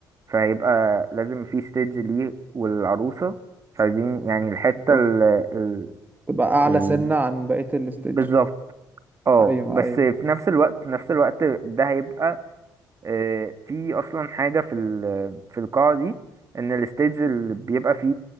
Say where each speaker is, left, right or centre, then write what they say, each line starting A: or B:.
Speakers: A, on the right; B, on the right.
A: فهيبقى لازم في ستيج ليه والعروسة مش عايزين يعني الحتة
B: بالظبط
A: ال ال
B: تبقى اعلى
A: ال
B: سنة عن بقية الستيج
A: بالظبط اه
B: ايوه
A: بس
B: ايوه
A: في نفس الوقت في نفس الوقت ده هيبقى آه، في أصلا حاجة في ال- في القاعة دي إن الستيج اللي بيبقى فيه